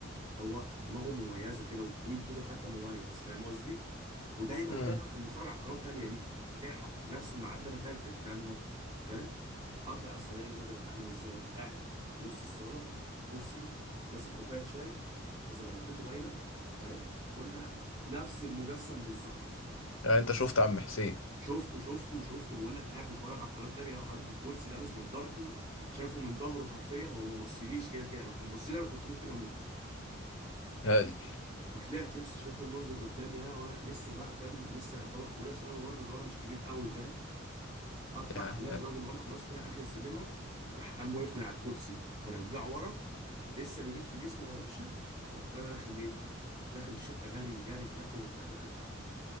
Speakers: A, on the right; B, on the left.
A: هو دماغه مميزه كده وطويل طوله حتى مميز فاهم قصدي ودايما
B: امم
A: دايما كان بيتفرج على القناه التانيه دي فاتحها في نفس الميعاد ده انا فاكر الكلام ده فاهم اطلع بس الاقي الراجل عامل ازاي قاعد في نص الصاله كرسي ماسك كوبايه شاي زلطته باينه فاهم كل حاجه نفس المجسم بالظبط
B: يعني انت شفت عم حسين
A: شفته شفته شفته بقول لك قاعد بيتفرج على القناه التانيه حاطط الكرسي لابس نضارته شايفه من ظهره حرفيا هو ما بصليش كده كده لو كان بصلي انا كنت ممكن اموت
B: ايوه
A: فطلعت يا اسطى شايف المنظر قدامي انا وانا لسه بقى فاهم لسه يعتبر في اولى ثانوي برضه اللي هو انا مش كبير قوي فاهم اطلع
B: يعني
A: الاقي الراجل وانا خلاص طالع اخر سلمه راح قام واقف من على الكرسي ورجعه ورا لسه بيلف جسمه يا باشا رحت انا داخل ايه داخل الشقه جري جري فتحت المفتاح دخلت قعدت